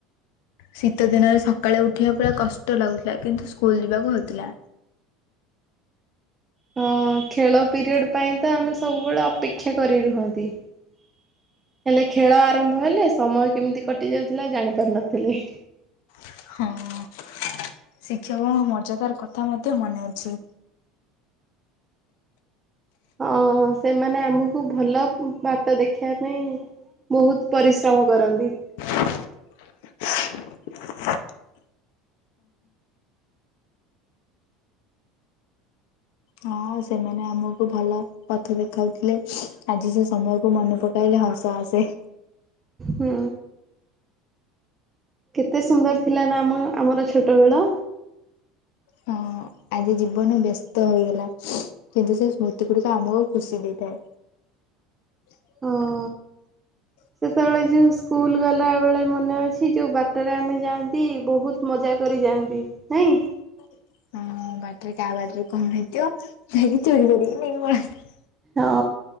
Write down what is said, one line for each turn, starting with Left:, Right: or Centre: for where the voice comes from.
Left: ଶୀତ ଦିନରେ ସକାଳେ ଉଠିବା ପୁର କଷ୍ଟ ଲାଗୁଥିଲା, କିନ୍ତୁ ସ୍କୁଲ ଯିବାକୁ ହଉଥିଲା।
Right: ହଁ ଖେଳ ପିରିୟଡ଼ ପାଇଁ ତ ଆମେ ସବୁବେଳେ ଅପେକ୍ଷା କରି ରୁହନ୍ତି । ହେଲେ ଖେଳ ଆରମ୍ଭ ହେଲେ ସମୟ କେମିତି କଟି ଯାଉଥିଲା ଜାଣିପାରୁ ନଥିଲେ।
Left: ହଁ। ଶିକ୍ଷକଙ୍କ ମଜାଦାର କଥା ମଧ୍ୟ ମନେ ଅଛି।
Right: ହଁ ସେମାନେ ଆମକୁ ଭଲ ବାଟ ଦେଖିବା ପାଇଁ ବହୁତ ପରିଶ୍ରମ କରନ୍ତି ।
Left: <inaudible> ହଁ ସେମାନେ ଆମକୁ ଭଲ ପଥ ଦେଖାଉଥିଲେ ଆଜି ସେ ସମୟକୁ ମନେ ପକାଇଲେ ହସ ଆସେ।
Right: ହୁଁ। କେତେ ସୁନ୍ଦର ଥିଲା ନା ଆମ ଆମର ଛୋଟ ବେଳ
Left: ହଁ। ଆଜି ଜୀବନ ବ୍ୟସ୍ତ ହେଇଗଲା, କିନ୍ତୁ ସେ ସ୍ମୃତି ଗୁଡିକ ଆମକୁ ଖୁସି ଦେଇଥାଏ । <inaudible>
Right: ହଁ। ସେତେବେଳେ ଯୋଉ ସ୍କୁଲ ଗଲା ବେଳେ ମନେ ଅଛି, ଯୋଉ ବାଟରେ ଆମେ ଯାଆନ୍ତି ବହୁତ ମଜା କରି ଯାଆନ୍ତି ନାଇଁ।
Left: <inaudible> ହଁ ବାଟରେ କାହା ବାଟରେ କଣ ହେଇଥିବ, ଯାଇକି ଚୋରି କରିକି ନେଇକି ପଳନ୍ତି।
Right: ହ